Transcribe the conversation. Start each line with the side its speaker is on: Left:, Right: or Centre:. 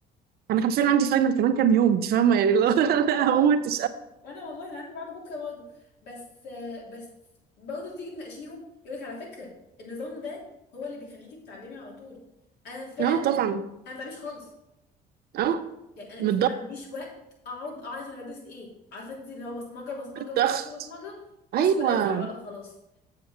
Right: انا حرفيا عندي فاينل كمان كام يوم انت فاهمه يعني لو <laughs> انا
Left: اه اه
Right: هموت مش
Left: وانا والله انا عندي بعد بكره برضه بس بس برضه تيجي تناقشيهم يقولك على فكره النظام ده هو اللي بيخليكي تتعلمي على طول انا فعلا
Right: قادرة. اه
Left: انا
Right: طبعا
Left: ما بتعلمش خالص
Right: اه
Left: يعني انا
Right: من الضغط
Left: ما عنديش وقت اقعد اعرف انا بدرس ايه عارفه انت اللي هو بصمجه بصمجه
Right: للضغط
Left: بصمجه بصمجه خش
Right: ايوه
Left: بقى ارزع بقى وخلاص